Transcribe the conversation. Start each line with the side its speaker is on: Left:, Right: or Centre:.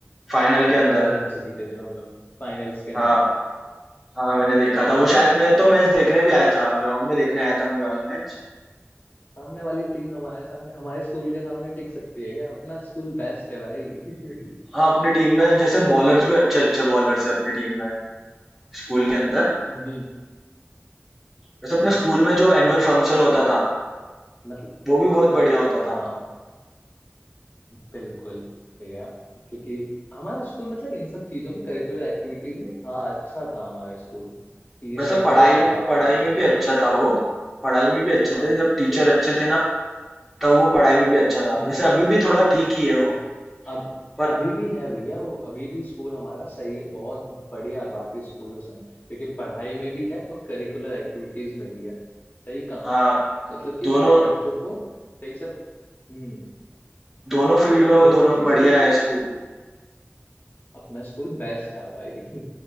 Centre: फाइनल के अंदर
Left: पंद्रह रन से जीते थे हम लोग फाइनल्स के अंदर
Centre: हाँ हाँ मैंने देखा था
Left: वही
Centre: वो शायद
Left: सामने
Centre: मैं तो
Left: वा-
Centre: मैच देखने भी आया था ग्राउंड में देखने आया था मैं वाला मैच
Left: सामने वाली टीम हमारे सामने हमारे स्कूल के सामने टिक सकती है क्या अपना स्कूल बेस्ट है भाई
Centre: हाँ अपनी टीम में
Left: <laughs>
Centre: जैसे
Left: उससे
Centre: बॉलर्स भी अच्छे अच्छे बॉलर्स है अपनी टीम में स्कूल के अंदर
Left: हम्म
Centre: वैसे
Left: आ,
Centre: अपने
Left: तो
Centre: स्कूल में जो
Left: अपना
Centre: एनुअल फंक्शन होता था
Left: मतलब
Centre: वो भी बहुत
Left: वे-
Centre: बढ़िया होता
Left: हाँ
Centre: था
Left: बिल्कुल भैया क्योंकि हमारा स्कूल मतलब इन सब चीजों में करिकुलर एक्टिविटीज में था अच्छा था हमारा स्कूल कि ये
Centre: वैसे
Left: सारी
Centre: पढ़ाई
Left: चीजें करवाता
Centre: में पढ़ाई
Left: था इस,
Centre: में भी
Left: इस
Centre: अच्छा था वो पढ़ाई में भी अच्छे
Left: हाँ
Centre: थे जब टीचर
Left: वो-
Centre: अच्छे थे ना तब वो पढ़ाई में भी अच्छा था
Left: हम्म
Centre: वैसे अभी भी थोड़ा ठीक ही है वो
Left: नहीं, अब
Centre: पर
Left: अभी भी है भैया वो अभी भी स्कूल हमारा सही है, बहुत बढ़िया है बाकी स्कूलों से क्योंकि पढ़ाई में भी है और करिकुलर एक्टिविटीज में भी है सही काम
Centre: हाँ
Left: मतलब कि
Centre: दोनों
Left: बच्चों को सही सब हम्म
Centre: दोनों फील्ड में वो
Left: दोनों
Centre: दोनों
Left: चीज
Centre: बढ़िया
Left: की
Centre: है स्कूल
Left: अपना स्कूल बेस्ट था भाई <laughs>